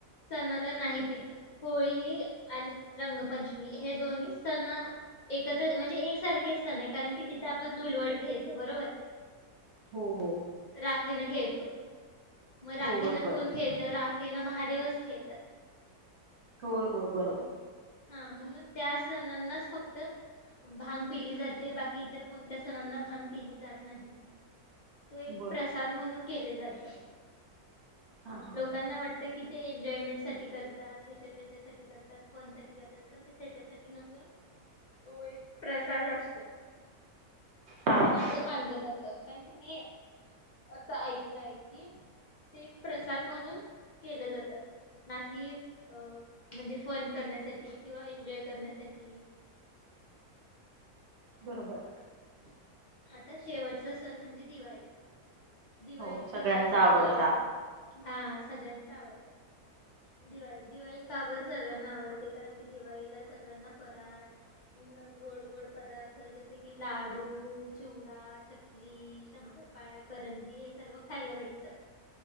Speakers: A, on the left; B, on the right.
A: सणाला नाही पीती होळी आणि रंगपंचमी हे दोन्ही सण एकत्र म्हणजे एकसारखे असण आहे कारण की तिथं आपण धुलवड खेळतो बरोबर
B: हो हो
A: राखेन ना खेळतो मग राखेना
B: हो बरोबर
A: कोण खेळत राखेन महादेवच खेळतात
B: होय होय बरोबर
A: हा म्हणून त्या सणांनाच फक्त भांग पिली जाते बाकी इतर कोणत्या सणांना भांग पिली जात नाही तो एक
B: बर.
A: प्रसाद म्हणून केले जातात
B: हा हा
A: लोकांना
B: हा.
A: वाटत की ते एन्जॉयमेंट साठी करतात हच्या त्याच्यासाठी करतात फोन साठी ात पण ते त्याच्यासाठी नसून तो एक प्रसाद असतो
B: हा हा
A: असं मानलं जातं कारण की मी असं ऐकलंय कि ते प्रसाद म्हणून केलं जातं ना की अ म्हणजे फन करण्यासाठी किंवा एन्जॉय करण्यासाठी
B: बरोबर
A: आता शेवटचा सण म्हणजे दिवाळी दिवाळी
B: हो
A: दिवाळी
B: सगळ्यांचा
A: मला
B: आवडता.
A: का आवड हा सगळ्यांचा आवडत दिवाळी दिवाळी काबर सर्वांना आवडते कारण की दिवाळीला सर्वांना फराळ गोड गोड पदार्थ जसे की लाडू चिवडा चकली शंकरपाळ्या करंजी हे सर्व खायला भेटत